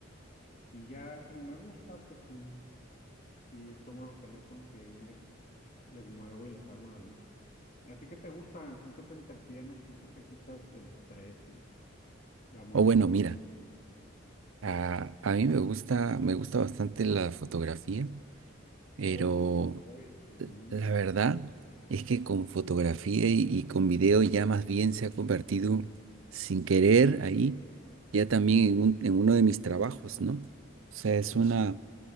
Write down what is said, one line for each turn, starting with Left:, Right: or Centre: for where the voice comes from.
Left: Y ya como me gusta, pues sí, sí tomo los teléfonos y ahí les, les muevo y les hago la lucha. ¿A ti qué te gusta? ¿Con qué te entretienes? ¿Con qué te quitas el estrés y la monotonía
Right: O bueno, mira,
Left: del
Right: a, a mí me gusta, me gusta bastante la fotografía. Pero
Left: oh, qué buen hobby? Ujú.
Right: eh, la verdad es que con fotografía y, y con video ya más bien se ha convertido sin querer ahí, ya también en, un- en uno de mis trabajos, ¿no? O sea, es
Left: Oh,
Right: una,